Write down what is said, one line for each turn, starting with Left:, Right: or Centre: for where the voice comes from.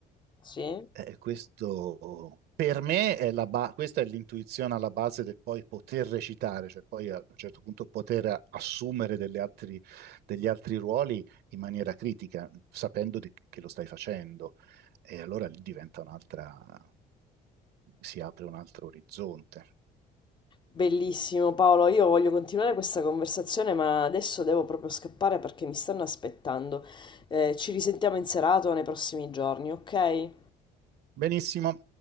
Left: Sì?
Right: eh, questo per me è la ba- questa è l'intuizione alla base del poi poter recitare, cioè poi a un certo punto poter assumere delle altri- degli altri ruoli in maniera critica, sapendo di- che lo stai facendo. E allora lì diventa un'altra, si apre un altro orizzonte.
Left: Bellissimo Paolo, io voglio continuare questa conversazione, ma adesso devo proprio scappare perché mi stanno aspettando. Eh, ci risentiamo in serata o nei prossimi giorni, ok?
Right: Benissimo.